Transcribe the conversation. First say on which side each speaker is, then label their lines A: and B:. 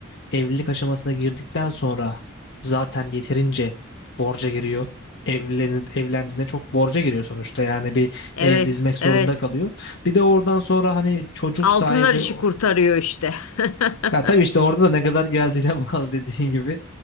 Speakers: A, on the left; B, on the left.
A: evlilik aşamasına girdikten sonra zaten yeterince borca giriyor. Evlen, evlendiğinde çok borca giriyor sonuçta yani bir
B: Evet,
A: ev dizmek zorunda
B: evet.
A: kalıyor. Bir de oradan sonra hani çocuk
B: Altınlar
A: sahibi
B: işi
A: o-
B: kurtarıyor işte. <laughs>
A: ya tabii işte orada da ne kadar geldiğine <laughs> bağlı dediğin gibi.